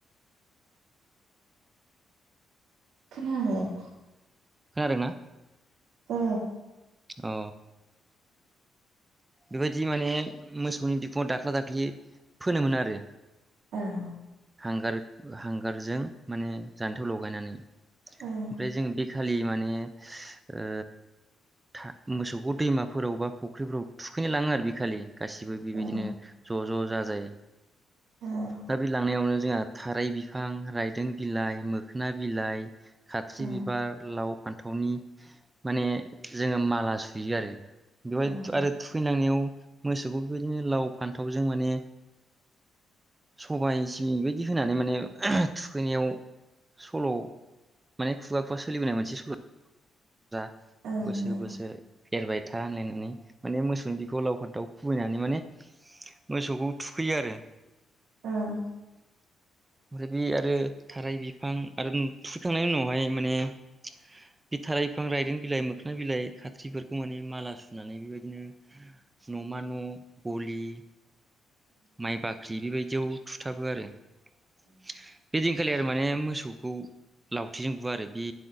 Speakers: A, on the right; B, on the right.
A: खोनायाखै
B: खोनादों ना
A: अ
B: औ बेबायदि माने मोसौनि बिखुङाव दाख्ला दाख्लि फोनो मोन आरो
A: औ
B: हांगार हांगारजों माने जान्थायाव लगायनानै ओमफ्राय
A: ओं
B: जोंङो बेखालि माने ओ था मोसौखौ दैमाफोरावबा फुख्रिफ्राव थुखैनो लांङो आरो बे खालि गाैबो बेबायदिनो
A: ओं
B: ज ज जाजाय
A: ओं
B: दा बे लांनायावनो जोंहा थाराय बिफां रायदों बिलाइ मोखोना बिलाइ खाखसि
A: ओं
B: बिबार लाव फान्थावनि माने जोंङो मा माला सुयो आरो
A: ओं
B: बेवहाय आरो मोसौफोरखौ लाव फान्थाव जों माने सबाय बिदि होननानै माने थुखैनायाव सल माने खुगा खुगा सोलिबोनाय मोनसे <unintelligible>
A: ओं
B: बोसोर
A: ओं
B: बोसोर
A: ओं
B: एरबाय था होननानै नै माने मोसौनि बिखुङाव लाव फानथाव खुबैनानै माने मोसौखौ थुखैयो आरो
A: औ
B: ओमफ्राय बे आरो थाराय बिफां आरो थुखैखांनायनि उनावहाय माने बे थाराय बिफां रायदों बिलाइ मोखां बिलाइ खाथखसिफोरखौ माने माला सुनानै बेबायदिनो नमा न गलि माइ बाख्रि बेबायदियाव थुथाबो आरो <unintelligible> बेखालि आरो माने मोसौखौ लावथिजों बुवा आरो बि